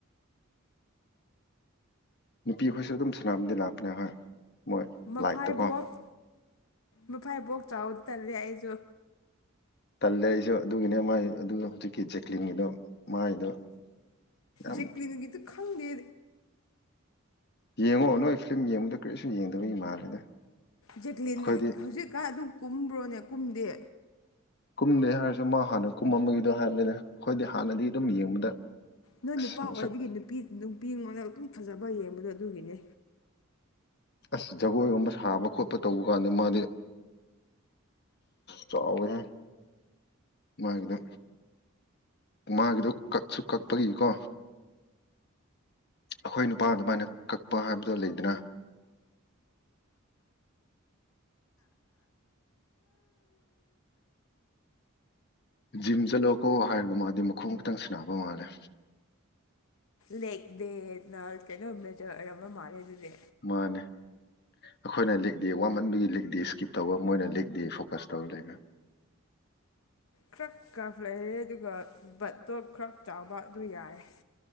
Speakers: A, on the left (about 50°); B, on the left (about 75°).
A: ꯅꯨꯄꯤ ꯑꯩꯈꯣꯏꯁꯨ ꯑꯗꯨꯝ ꯁꯅꯥꯕꯗꯤ ꯂꯥꯛꯄꯅꯦ ꯍꯣꯏ ꯃꯣꯏ
B: ꯃꯐꯥꯏꯕꯣꯛ
A: ꯂꯥꯏꯠꯇꯀꯣ
B: ꯃꯐꯥꯏꯕꯣꯛ ꯆꯥꯎꯕꯗꯤ ꯇꯜꯂꯦ ꯑꯩꯖꯨ
A: ꯇꯜꯂꯦ ꯑꯩꯁꯨ ꯑꯗꯨꯒꯤꯅꯦ ꯃꯥꯏ ꯑꯗꯨ ꯍꯧꯖꯤꯛꯀꯤ ꯖꯦꯀ꯭ꯂꯤꯟꯒꯤꯗꯣ ꯃꯥꯏꯗꯣ ꯌꯥꯝ
B: ꯖꯦꯀ꯭ꯂꯤꯟꯒꯤꯗꯨ ꯈꯪꯗꯦ
A: ꯌꯦꯡꯉꯣ ꯅꯣꯏ ꯐ꯭ꯂꯤꯝ ꯌꯦꯡꯕꯗ ꯀꯔꯤꯁꯨ ꯌꯦꯡꯗꯕꯒꯤ ꯃꯥꯜꯂꯦꯗ
B: ꯖꯦꯛꯂꯤꯟꯒꯤ
A: ꯑꯩꯈꯣꯏꯗꯤ
B: ꯍꯧꯖꯤꯛꯀꯟ ꯑꯗꯨꯝ ꯀꯨꯝꯕ꯭ꯔꯣꯅꯦ ꯀꯨꯝꯗꯦ
A: ꯀꯨꯝꯗꯦ ꯍꯥꯏꯔꯁꯨ ꯃꯥ ꯍꯥꯟꯅ ꯀꯨꯝꯃꯝꯕꯒꯤꯗꯣ ꯍꯥꯏꯅꯤꯗ ꯑꯩꯈꯣꯏꯗꯤ ꯍꯥꯟꯅꯗꯤ ꯑꯗꯨꯝ ꯌꯦꯡꯕꯗ
B: ꯅꯣꯏ
A: ꯑꯁ
B: ꯅꯨꯄꯥ ꯑꯣꯏꯕꯒꯤ
A: ꯃꯁꯛ
B: ꯅꯨꯄꯤ ꯅꯨꯄꯤꯉꯣꯟꯗ ꯑꯗꯨꯝ ꯐꯖꯕ ꯌꯦꯡꯕꯗꯣ ꯑꯗꯨꯒꯤꯅꯦ
A: ꯑꯁ ꯖꯒꯣꯏꯒꯨꯝꯕ ꯁꯥꯕ ꯈꯣꯠꯄ ꯇꯧꯕ ꯀꯥꯟꯗ ꯃꯥꯗꯤ ꯆꯥꯎꯋꯦꯍꯦ ꯃꯥꯒꯤꯗꯣ ꯃꯥꯒꯤꯗꯣ ꯀꯛꯁꯨ ꯀꯛꯄꯒꯤꯀꯣ ꯑꯩꯈꯣꯏ ꯅꯨꯄꯥ ꯑꯗꯨꯃꯥꯏꯅ ꯀꯛꯄ ꯍꯥꯏꯕꯗꯣ ꯂꯩꯗꯅ ꯖꯤꯝ ꯆꯠꯂꯣꯀꯣ ꯍꯥꯏꯔꯒ ꯃꯥꯗꯤ ꯃꯈꯣꯡ ꯈꯤꯇꯪ ꯁꯥꯅꯕ ꯃꯥꯜꯂꯦ
B: ꯂꯦꯛ ꯗꯦꯅ ꯀꯩꯅꯣ ꯃꯦꯖꯔ ꯑꯣꯢꯔꯝꯕ ꯃꯥꯜꯂꯦ ꯑꯗꯨꯗꯤ
A: ꯃꯥꯟꯅꯦ ꯑꯩꯈꯣꯏꯅ ꯂꯦꯛꯗꯦ ꯋꯥꯃꯟꯕꯒꯤ ꯂꯦꯛꯗꯦ ꯏꯁꯀꯤꯞ ꯇꯧꯕ ꯃꯣꯏꯅ ꯂꯦꯛꯗꯦ ꯐꯣꯀꯁ ꯇꯧꯔ ꯂꯩꯔꯦ
B: ꯈꯔ ꯀꯞ ꯂꯩꯔꯦ ꯑꯗꯨꯒ ꯕꯇꯣꯞ ꯈꯔ ꯆꯥꯎꯕ ꯑꯗꯨ ꯌꯥꯔꯦ